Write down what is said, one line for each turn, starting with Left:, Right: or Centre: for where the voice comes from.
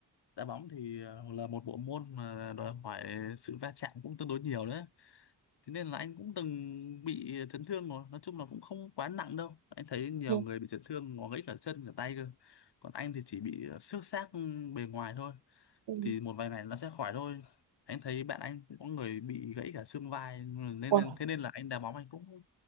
Left: đá bóng thì ờ, là một bộ môn mà đòi hỏi sự va chạm cũng tương đối nhiều đấy thế nên là anh cũng từng bị chấn thương rồi nói chung là cũng không quá nặng đâu anh thấy nhiều
Right: Ừ.
Left: người bị chấn thương ngó gãy cả chân cả tay cơ còn anh thì chỉ bị ờ, xước xác bề ngoài thôi
Right: Ừ.
Left: thì một vài ngày nó sẽ khỏi thôi anh thấy bạn anh cũng có người bị gãy cả xương vai nên,
Right: Ủa.
Left: nên thế nên là anh đá bóng anh cũng